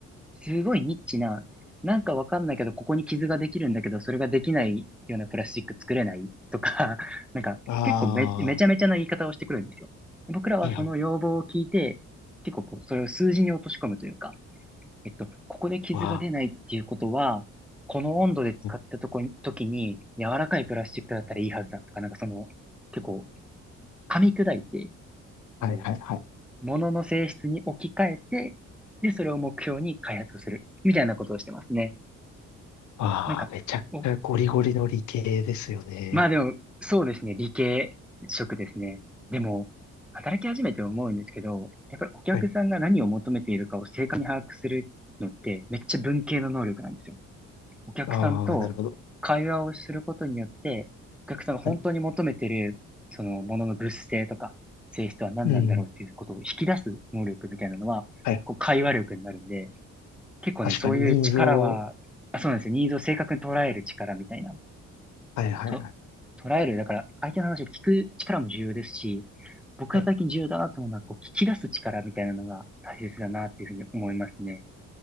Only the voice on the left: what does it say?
あ
あ、はいはいうん
んああはい
はいわあ、
はいはいはい。
ああ、
めちゃくちゃゴリゴリの理系ですよね。
はい。
ああ、なるほど。
はい。
うん。はい。
確かにニーズを。
はいはいはい。
はい。
はい